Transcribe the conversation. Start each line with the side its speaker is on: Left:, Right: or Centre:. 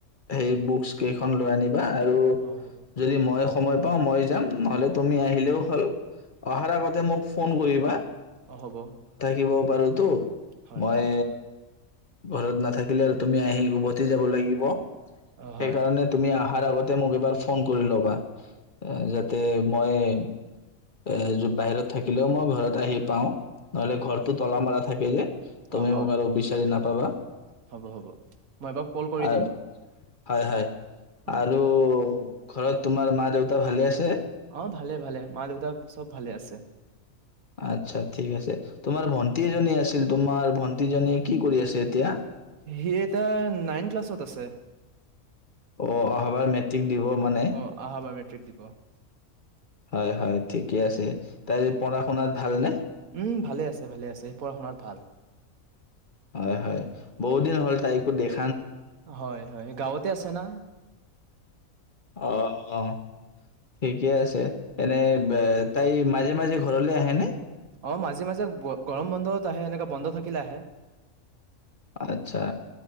Left: সেই বুকচ কেইখন লৈ আনিব আৰু
Right: অ হ'ব।
Left: যদি মই সময় পাওঁ মই যাম নহ'লে তুমি আহিলেও হ'ল। অহাৰ
Right: অ
Left: আগতে মোক ফোন কৰি <inaudible>
Right: অ হ'ব।
Left: দিব পাৰোঁতো।
Right: হয়
Left: মই
Right: হয়
Left: ঘৰত নাথাকিলে আৰু তুমি আহি উভতি যাব লাগিব।
Right: অ
Left: সেইকাৰণে
Right: হয়
Left: তুমি আহাৰ আগত তে মোক এবাৰ ফোন কৰি ল'বা, যাতে মই এ বাহিৰত থাকিলেও মই ঘৰত আহি পাওঁ। নহলে ঘৰটো তলা মাৰা থাকে যে তুমি
Right: অ' হয়,
Left: মোক আৰু বিচাৰি নাপাবা
Right: হ'ব- হ'ব, মই এবাৰ কল কৰি
Left: আৰু
Right: দিম।
Left: হয়, হয়।
Right: উম
Left: আৰু ঘৰত তোমাৰ মা দেউতা ভালে আছে?
Right: অ' ভালে ভালে, মা দেউতা চব ভালে আছে।
Left: আতছা ঠিক আছে, তোমাৰ ভন্টি এজনী আছিল, তোমাৰ ভন্টি জনীয়ে কি কৰি আছে এতিয়া?
Right: হেই তাই নাইন ক্লাছত আছে।
Left: অ', অহাবাৰ মেট্ৰিক দিব মানে
Right: অ <unintelligible>
Left: হয়, হয় ঠিকে আছে তাই পঢ়া শুনাত ভাল নে?
Right: উম, ভালে আছে ভালে আছে সেই পঢ়া শুনাত ভাল
Left: হয়, হয় বহুত দিন হ'ল তাইকো দেখ
Right: হয়, হয় গাঁৱতে আছে না।
Left: অ', ঠিকে আছে। এনে
Right: হয়
Left: বে তাই মাজে, মাজে ঘৰলৈ আহেনে?
Right: অ মাজে, মাজে গৰম বন্ধত আহে এনেকে বন্ধ থাকিলে আহে।
Left: আতছা